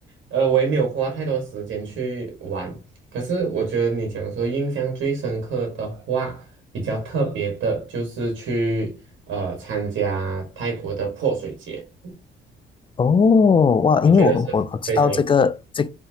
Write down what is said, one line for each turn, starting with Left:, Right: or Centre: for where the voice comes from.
Right: 呃，我也没有花太多时间去玩。可是我觉得你讲说印象最深刻的话，比较特别的就是去呃参加泰国的泼水节，
Left: 哦哇！
Right: 我觉得是非常有。
Left: 因为我我我知道这个这